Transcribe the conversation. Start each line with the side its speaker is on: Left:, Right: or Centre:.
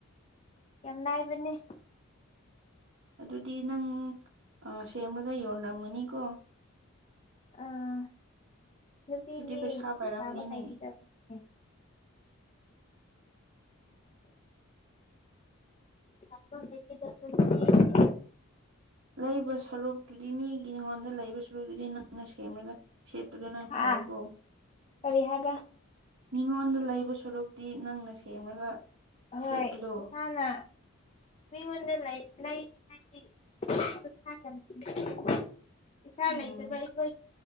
Left: ꯌꯥꯝ ꯂꯥꯏꯕꯅꯦ
Right: ꯑꯗꯨꯗꯤ ꯅꯪ ꯁꯦꯝꯃꯒ ꯌꯣꯟꯂꯝꯝꯃꯅꯤꯀꯣ
Left: ꯑꯥ ꯅꯨꯄꯤꯗꯤ
Right: ꯑꯗꯨꯗꯤ ꯄꯩꯁꯥ
Left: ꯐꯤ
Right: ꯄꯥꯏꯔꯝꯃꯅꯤꯅꯦ
Left: ꯁꯥꯕ ꯍꯩꯒꯗꯕꯅꯤ ꯁꯥꯕ ꯍꯩꯒꯗꯕꯅꯤ
Right: ꯂꯩꯕ ꯁꯔꯨꯛꯇꯨꯗꯤ ꯃꯤꯒꯤꯉꯣꯟꯗ ꯂꯩꯕ ꯁꯔꯨꯛꯇꯨꯗꯤ ꯅꯪꯅ ꯁꯦꯝꯂꯒ ꯁꯦꯠꯄꯗꯅ
Left: ꯍꯥ
Right: ꯐꯩ ꯀꯣ
Left: ꯀꯔꯤ ꯍꯥꯏꯕ
Right: ꯃꯤꯉꯣꯟꯗ ꯂꯩꯕ ꯁꯔꯨꯛꯇꯤ ꯅꯪꯅ ꯁꯦꯝꯔꯒ
Left: ꯍꯣꯏ
Right: ꯁꯦꯠꯄꯗꯣ
Left: ꯏꯁꯥꯅ ꯃꯤꯉꯣꯟꯗ ꯂꯩ ꯂꯩ ꯍꯥꯏꯗꯤ <unintelligible> ꯏꯆꯥ
Right: ꯎꯝ
Left: ꯂꯩꯇꯕ ꯑꯩꯈꯣꯏ